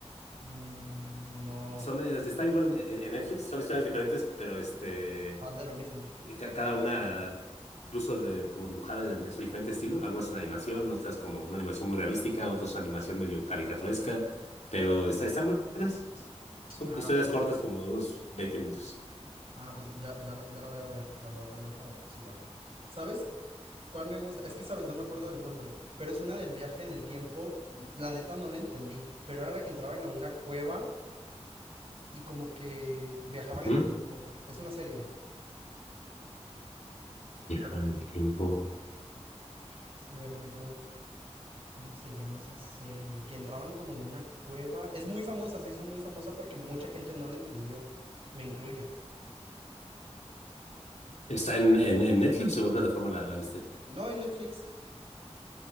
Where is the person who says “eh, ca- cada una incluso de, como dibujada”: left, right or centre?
Left